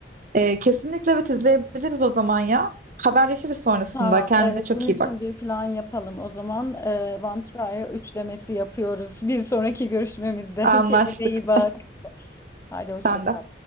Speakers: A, on the right; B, on the left.
A: E, kesinlikle evet izleyebiliriz o zaman ya. Haberleşiriz sonrasında.
B: Tamam,
A: Kendine
B: evet
A: çok
B: bunun için
A: iyi bak.
B: bir plan yapalım. O zaman e, One Trier üçlemesi yapıyoruz. Bir sonraki görüşmemizde.
A: Anlaştık.
B: <laughs> Kendine iyi bak. Haydi hoşça
A: Sen
B: kal.
A: de.